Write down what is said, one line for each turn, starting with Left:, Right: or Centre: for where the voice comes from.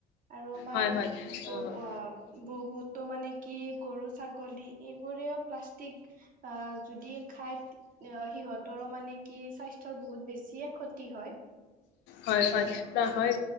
Right: আৰু আমাৰ
Left: হয় হয়
Right: বহু
Left: অ'।
Right: বহুতো মানে কি গৰু ছাগলী এইবোৰেও প্লাষ্টিক অ যদি খাই সিহঁত মানে কি স্বাস্থ্যৰ বহুত বেছিয় ক্ষতি হয়।
Left: হয়। হয়, হয়